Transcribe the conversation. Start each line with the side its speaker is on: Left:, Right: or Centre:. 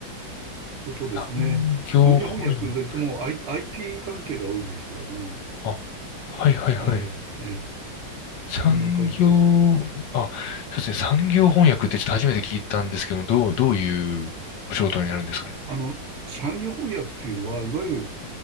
Right: ことですね。
Left: 産業翻訳。
Right: 産業翻訳といっても、I、IT 関係が多いんですけども、
Left: あ、はいはいはい。
Right: ええ、ええ、
Left: 産業、
Right: そんな感じです。
Left: あ、そうですね、産業翻訳ってちょっと初めて聞いたんですけど、どう、どういうお仕事になるんですかね。
Right: あの、産業翻訳っていうのは、いわゆる、